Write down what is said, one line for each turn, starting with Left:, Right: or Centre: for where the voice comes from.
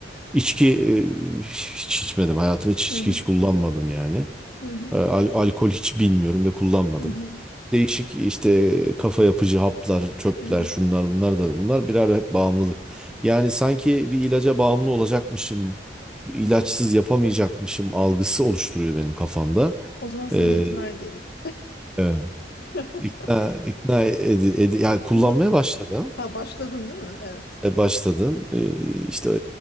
Centre: İçki e, hiç içmedim. Hayatımda hiç içki
Left: Hı hı.
Centre: hiç kullanmadım yani.
Left: Hı hı.
Centre: E, al- alkol hiç bilmiyorum ve kullanmadım.
Left: Hı hı.
Centre: Değişik işte kafa yapıcı haplar, çöpler,
Left: Hı hı.
Centre: şunlar bunlar da bunlar birer hep bağımlılık. Yani sanki bir ilaca bağımlı olacakmışım, bir ilaçsız yapamayacakmışım algısı oluşturuyor benim kafamda.
Left: O zaman seni
Centre: E,
Left: ikna edelim.
Centre: evet.
Left: <laughs>
Centre: ikna ikna edi, edi- yani kullanmaya
Left: Kullan
Centre: başladım.
Left: ha başladın değil mi? Evet.
Centre: E, başladım. E, işte